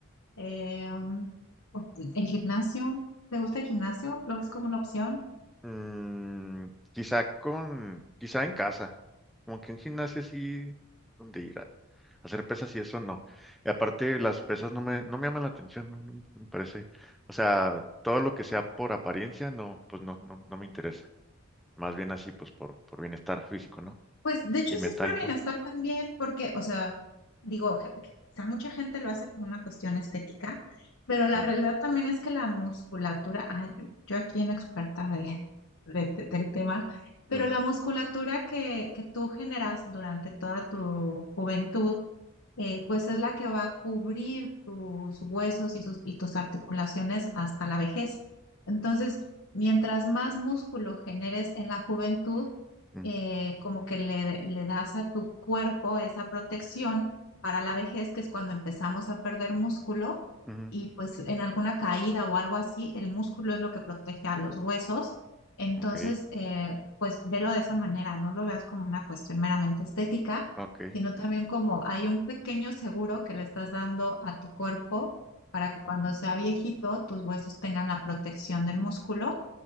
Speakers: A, on the left; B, in the centre.
A: eh, um, o el gimnasio, ¿te gusta el gimnasio? ¿Lo ves como una opción?
B: Mm, quizá con, quizá en casa, como que en gimnasio sí, donde ir a hacer pesas y eso no. Y aparte las pesas no me, no me llaman la atención, no, no me parece. O sea, todo lo que sea por apariencia, no, pues no, no, no me interesa. Más bien así, pues por, por bienestar físico, ¿no?
A: Pues de hecho
B: Y mental
A: sí es por
B: y
A: bienestar
B: todo.
A: también, porque, o sea, digo, je- quizá mucha gente lo hace por una cuestión estética, pero la
B: Mm,
A: realidad también es que la musculatura, ay, yo aquí en experta de, de- del tema, pero
B: ujú,
A: la musculatura que, que tú generas durante toda tu juventud, eh, pues es la que va a cubrir tus huesos y, sus- y tus articulaciones hasta la vejez. Entonces, mientras más músculo generes en la juventud,
B: ujú,
A: eh, como que le, le das a tu cuerpo esa protección para la vejez, que es cuando empezamos a perder músculo,
B: ujú.
A: y pues en alguna caída o algo así, el músculo es lo que protege a los huesos. Entonces,
B: Ok,
A: eh, pues velo de esa manera, no lo veas como una cuestión meramente estética
B: ok.
A: sino también como hay un pequeño seguro que le estás dando a tu cuerpo para que cuando sea viejito tus huesos tengan la protección del músculo,